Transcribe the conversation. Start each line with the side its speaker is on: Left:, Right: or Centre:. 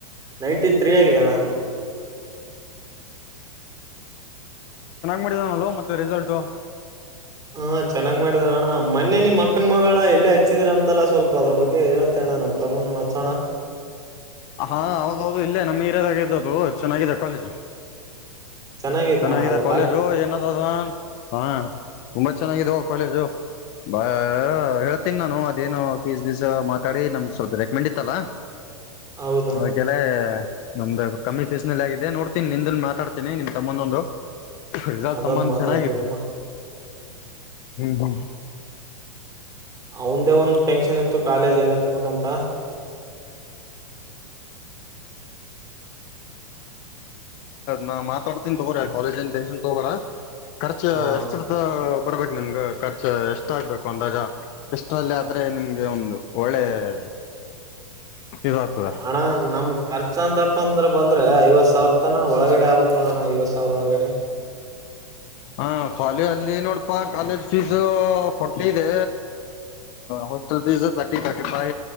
Right: ನೈಂಟಿ ಥತ್ರೀ ಆಗಿದ್ದಣ್ಣ.
Left: ಮಾಡಿದನ ಮತ್ತೆ ರಿಸಲ್ಟ್.
Right: ಹಾ ಚೆನ್ನಾಗ್ ಮಾಡಿದ ನಣ. ಮೊನ್ನೆ ನಿಮಮ್ಮ ಮಕ್ಕನ್ ಮಗಳ ಎಲ್ಲೇ ಹಚ್ಚಿದ್ರ ಅಂತಲ್ಲ ಸ್ವಲ್ಪ ಅದ್ರ ಬಗ್ಗೆ ಹೇಳ್ತೇಣ್ಣ ನಮ್ ತಮ್ಮನ ನಚ್ಚೋಣ.
Left: ಹಾ ಹೌದೌದು ಇಲ್ಲೇ ನಮ್ಮ್ ಹೀರಯದಾಗ ಇದ್ದ್ದದು ಚೆನ್ನಾಗಿದೆ ಕಾಲೇಜು.
Right: ಚೆನ್ನಾಗೈತ
Left: ಚೆನ್ನಾಗಿದೆ
Right: ಅಣ್ಣ ಅದು
Left: ಕಾಲೇಜು ಏನಂದ ಹ ತುಂಬಾ ಚೆನ್ನಾಗಿದೆ ಕಾಲೇಜು. ಬಾ ಹೇಳ್ತೀನಿ ನಾನು ಅದೇನು ಸ್ ಬೀಸ್ ಮಾತಾಡಿ ನಮ ಸ್ವಲ್ಪ ರೆಕಮೆಂಡ್ ಇತ್ತಲ್ಲ.
Right: ಹೌದು
Left: ಅವಕ್ಕೆಲ್ಲ ನಮ್ದು ಕಮ್ಮಿ ಫೀಸ್ ನಲ್ಲಿ ಆಗಿದೆ ನೋಡ್ತೀನಿ ನಿಂದನ್ ಮಾತಾಡ್ತೀನಿ ನಿಮ. ತಮ್ಮಂದೊಂದು ರಿಸಾಟ್
Right: ಅದೊಂದ್
Left: ತಮ್ಮನ್
Right: ಮಾತಾಡ್ಬಿಡಪ್ಪ
Left: ಚೆನ್ನಾಗಿದೆ. ಬ.
Right: ಅವಂದೇ ಒಂದ್ ಟೆನ್ಕ್ಷನ್ ಇತ್ತು ಕಾಲೇಜ್ ಎಲ್ಲಿಸ್ಬೇಕಂತ.
Left: ನಾ ಮಾತಾಡ್ತೀನಿ ತಗೋರ ಕಾಲೇಜ ನ್ಷನ್ ತಗೋಳ. ಖರ್ಚ
Right: ಆ
Left: ಎಷ್ಟುದ. ಬರ್ಬೇಕು ನಿಮ್ಗ ಖರ್ಚು ಎಷ್ಟಾಗಗ್ಬೇಕು ಒಂದಾಜ ಎಷ್ಟಲ್ಲಿ ಆದ್ರೆ ನಿಮ್ಗೆ ಒಂದು ಒಳ್ಳೆ. <unintelligible> ಇದಾಗ್ತದ
Right: ಹಣ ನಮ್ ಖರ್ಚ ಅಂತಪ್ಪ ಅಂದ್ರ ಬಂದ್ರೆ ಐವತ್ ಸಾವಿರ ತನ ಒಳಗಡೆ. ಕಡೆ ಆಗ್ಬೇಕ್ ನೋಡಣ ಇವತ್ ಸಾವ್ರ ಒಳಗಡೆ.
Left: ಹ ಕಾಲಜ ಅಲ್ಲಿ ನೋಡಪಾ ಕಾಲೇಜ್ ಫೀಸ್ ಕೊಟ್ಟಿದೆ ಹೋಸ್ಟಲ್ ಫೀಸ್ ತರ್ಟಿ ರ್ಟಿ ಫೈ